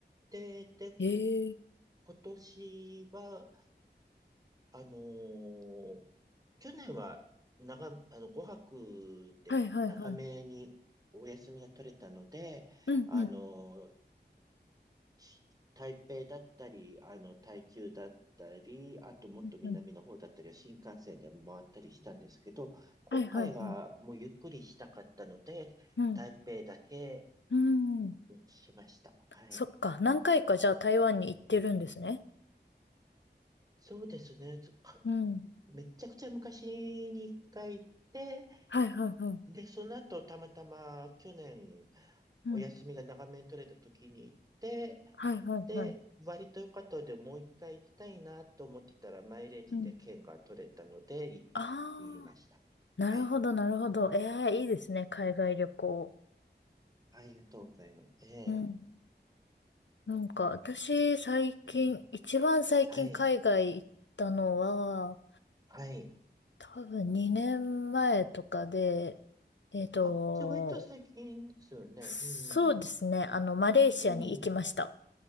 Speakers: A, on the right; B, on the left.
A: て、で、
B: ええ
A: 今年はあのー去年は長、あの、5泊で長めにお休みが取れたので、
B: はいはいはい。うんうん
A: あのーし台北だったり、あの、台中だったり、あともっと南の方だったりは新幹線で回ったりしたんですけど、
B: うんうん。
A: 今回はもうゆっくりしたかったので、
B: はいはいはい。うん。
A: 台北だけ
B: うん。
A: にしました。はい。
B: そっか。何回かじゃあ台湾に行ってるんですね。
A: そうですね。つか
B: うん。
A: めちゃくちゃ昔に一回行って、
B: はいはいはい。
A: で、その後、たまたま去年、
B: うん。
A: お休みが長めに取れた時に行って、
B: はいはいはい。
A: で、割と良かったので、もう一回行きたいなと思ってたら、マイレージで券が取れたので、
B: うん。
A: 行
B: ああ、
A: きました。
B: なるほどなるほど。
A: はい。
B: ええ、いいですね、海外旅行。
A: ありがとうございます。ええ
B: うん。なんか、私、最近、
A: うん
B: 一番最近海外行ったのは、
A: はい。はい。
B: 多分2年前とかで、えっと、
A: あ、じゃあ割と最近ですよね。
B: そうですね、
A: うん。
B: あの、マレーシアに行きました。
A: うん。